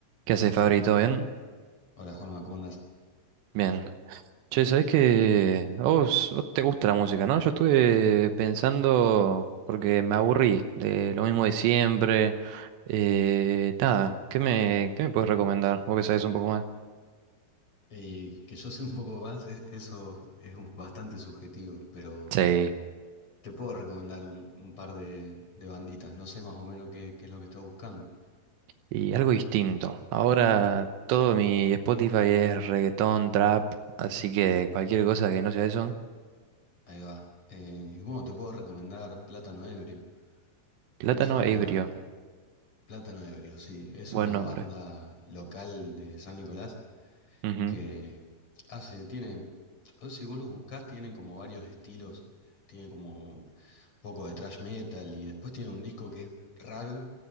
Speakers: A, on the right; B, on the left.
A: ¿Qué haces, Fabri? ¿Todo bien?
B: Hola Juanma, ¿cómo andás?
A: Bien. Che, ¿sabés que a vos, vos te gusta la música, ¿no? Yo estuve pensando, porque me aburrí de lo mismo de siempre. Eh, nada, ¿qué me, qué me puedes recomendar? Vos que sabés un poco más.
B: Y que yo sé un poco más, e- eso es un- bastante subjetivo, pero
A: Sí.
B: te puedo recomendar un, un par de, de banditas, no sé más o menos qué, qué es lo que estás buscando.
A: Y algo distinto. Ahora todo mi Spotify es reggaetón, trap, así que cualquier cosa que no sea eso.
B: Ahí va. Eh, y bueno, te puedo recomendar Plátano Ebrio.
A: Plátano
B: Es una...
A: ebrio,
B: Plátano Ebrio, sí, es
A: buen
B: una
A: nombre.
B: banda local de San Nicolás
A: Ujú.
B: que hace, tiene, o si vos los buscás, tienen como varios estilos, tiene como un poco de thrash metal y después tiene un disco que es raro